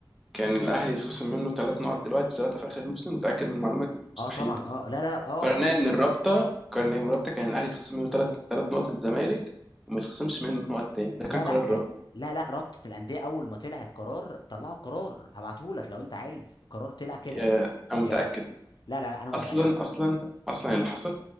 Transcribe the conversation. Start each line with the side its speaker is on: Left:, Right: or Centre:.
Centre: كان الاهلي يتخصم منه ثلاث نقط دلوقتي ثلاثه في اخر الموسم متاكد من المعلومه دي مستحيل
Left: اه طبعا اه لا لا لا اه
Centre: القرار النهائي
Left: اه،
Centre: من الرابطه القرار النهائي من الرابطه كان الاهلي يتخصم منه ثلاث ثلاث نقط الزمالك وما يتخصمش منه نقط تاني ده
Left: لا
Centre: كان قرار
Left: لا
Centre: الرابطه
Left: لا لا رابطة الأندية أول ما طلع القرار طلعوا القرار هبعتهولك لو أنت عايز القرار طلع كده
Centre: آه، انا
Left: يعت...
Centre: متاكد
Left: لا لا لا أنا متأكد
Centre: اصلا اصلا اصلا
Left: امم
Centre: اللي حصل